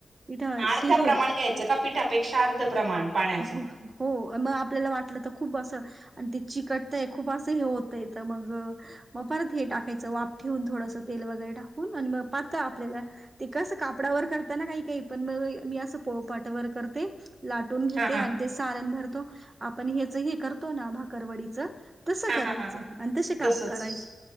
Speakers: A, on the right; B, on the right.
A: पिठा
B: अर्धा
A: शिजू
B: प्रमाण घ्यायचं का पिठापेक्षा अर्ध प्रमाण. पाण्याचं.
A: हो मग, आपल्याला वाटलं तर खूप असं आणि ते चिकट तय आहे खूप असं हे होतंय तर मग, मग परत हे टाकायचं वाप ठेवून थोडंसं तेल वगैरे टाकून आणि मग पातळ आपल्याला. ते कसं कापडावर करताना काही काही पण मग मी असं पोळपाटवर करते. लाटून घेते
B: हा हा
A: आणि ते सारण भरतो आपण हेच हे करतो ना भाकरवडीच. तसं
B: हा
A: करायचं
B: हा हा हा
A: आणि तसे
B: तसच
A: काप करायचे.